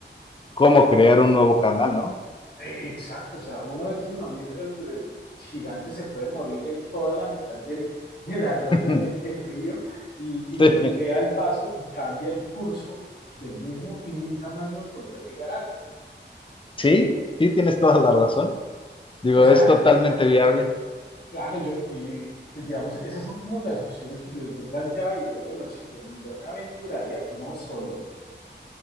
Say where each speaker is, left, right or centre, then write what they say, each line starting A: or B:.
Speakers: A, on the left (about 30°); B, on the left (about 55°).
A: cómo crear un nuevo canal, ¿no?
B: Eh, Exacto, o sea, uno de estos mamíferos eh, gigantes se puede morir en toda la mitad del, del arroyo
A: <laughs>
B: de- del río y, y
A: Sí,
B: bloquea el paso y cambia el curso del mismo y nunca más nos volvió a llegar agua.
A: sí, sí, tienes toda la razón. Digo,
B: O sea,
A: es totalmente viable.
B: claro, yo, y pues digamos, esas son como las opciones que yo, yo planteaba y yo, bueno, sí, yo, yo me aventuraría, no solo, o